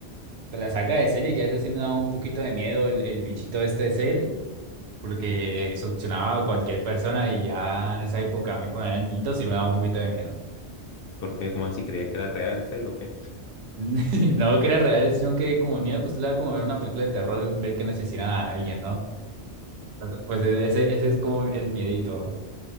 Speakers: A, on the right (about 70°); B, on the left (about 65°).
A: de la saga de Cell y ya ese sí me daba un poquito de miedo el, el bichito este de Cell. porque succionaba a cualquier persona y ya en esa época, a mí cuando era niñito, sí me daba un poquito de miedo.
B: ¿Por qué? ¿Cómo así? ¿Creía que era real, sé lo que?
A: <laughs> No que era real, sino que como el miedo que usted le da como ver una película de terror, ver que asesinan a alguien, ¿no? Entonces, pues e- ese, ese es como el miedito.